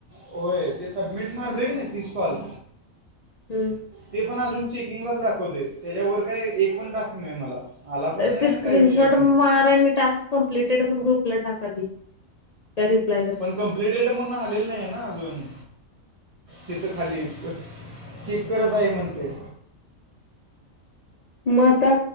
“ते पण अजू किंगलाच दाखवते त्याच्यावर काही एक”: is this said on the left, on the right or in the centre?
Right